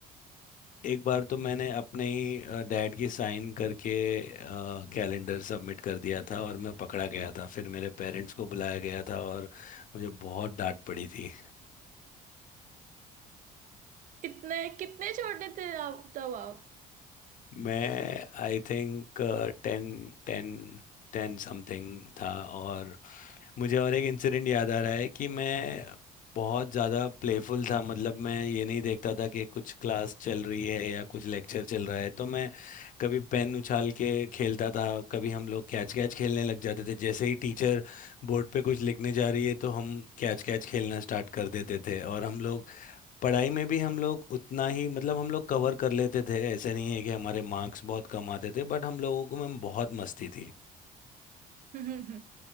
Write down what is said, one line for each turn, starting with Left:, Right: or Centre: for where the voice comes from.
Left: एक बार तो मैंने अपने ही डैड की साइन करके कैलेंडर सबमिट कर दिया था और मैं पकड़ा गया था फिर मेरे पेरेंट्स को बुलाया गया था और मुझे बहुत डांट पड़ी थी
Right: इतने कितने छोटे थे आप तब आप
Left: मैं I think ten ten टेन something था और मुझे और एक इंसिडेंट याद आ रहा है कि मैं बहुत ज़्यादा प्लेफुल था मतलब मैं ये नहीं देखता था कि कुछ क्लास चल रही है या कुछ लेक्चर चल रहा है तो मैं कभी पेन उछाल के खेलता था कभी हम लोग कैच कैच खेलने लग जाते थे जैसे ही टीचर बोर्ड पे कुछ लिखने जा रही है तो हम कैच कैच खेलना स्टार्ट कर देते थे और हम लोग पढ़ाई में भी हम लोग उतना ही मतलब हम लोग कवर कर लेते थे ऐसे नहीं है कि हमारे मार्क्स बहुत कम आते थे बट हम लोगों को में बहुत मस्ती थी
Right: <laughs>